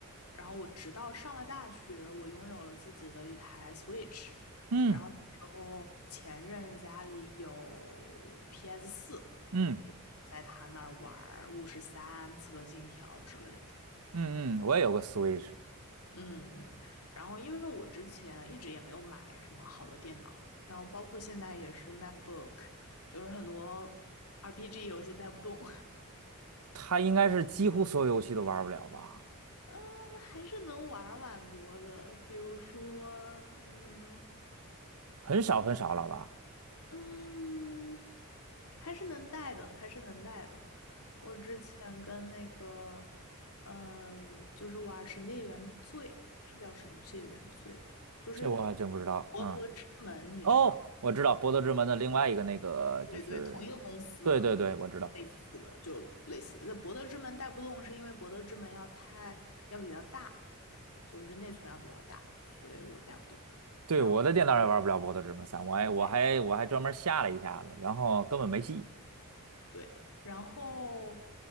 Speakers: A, on the left (about 80°); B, on the right (about 85°).
A: 然后我直到上了大学，我拥有了自己的一台 Switch，
B: 嗯
A: 然后那时候前任家里有 PS 四，
B: 嗯。
A: 在他那儿玩儿《巫师三》《刺客信条》之类的。
B: 嗯嗯，我也有个 Switch，
A: 嗯嗯，然后因为我之前一直也没有买什么好的电脑，然后包括现在也是 MacBook，就是很多 RPG 游戏带不动，
B: 它应该是几乎所有游戏都玩不了吧？
A: <laughs> 嗯，还是能玩蛮多的，比如说，嗯
B: 很少很少了吧？
A: 嗯，还是能带的，还是能带的。我之前跟那个呃，就是玩《神界原罪》，是叫《神界原罪》吧，就是
B: 这我还真不知道。
A: 博德之门，
B: 嗯，
A: 你知道吗？
B: 哦，我知道《博德之门》的另外一个那个就是，
A: 对对，同一个公司的，
B: 对对对，
A: 对，
B: 我知道。
A: 类似的就类似。那博德之门带不动，是因为博德之门要太要比较大，就是内存要比较大，所以我带不动。
B: 对，
A: 然后
B: 我的电脑也玩不了《博德之门三》，我还我还我还专门下了一下子，
A: 对
B: 然后根本没戏。
A: 对，然后